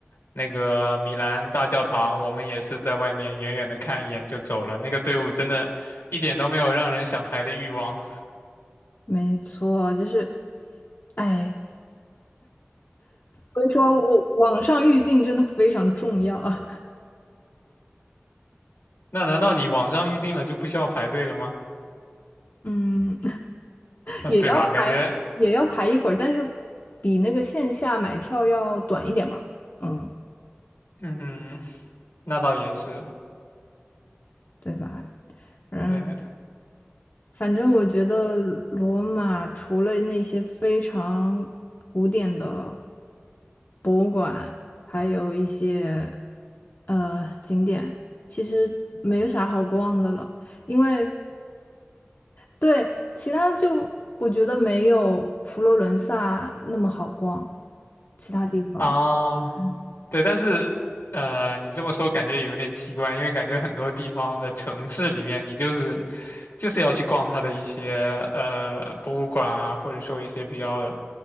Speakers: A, on the left; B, on the left.
A: 那个米兰大教堂，我们也是在外面远远的看一眼就走了，那个队伍真的一点都没有让人想排的欲望。
B: 没错，就是，哎，所以说我网上预定真的非常重要啊，
A: 那难道你网上预定了就不需要排队了吗？
B: <laughs> 嗯。
A: <laughs> 啊，
B: 也要排，
A: 对吧？感觉，
B: 也要排一会儿，但是比那个线下买票要短一点吧，嗯，
A: 嗯，那倒也是，
B: 对吧？嗯，
A: 对。
B: 反正我觉得罗马除了那些非常古典的博物馆，还有一些呃景点，其实没有啥好逛的了，因为对其他就我觉得没有佛罗伦萨那么好逛，其他地方。
A: 啊，
B: 嗯
A: 对，但是呃，你这么说感觉也有点奇怪，因为感觉很多地方的城市里面，你就是就是要去逛它的一些呃博物馆啊，或者说一些比较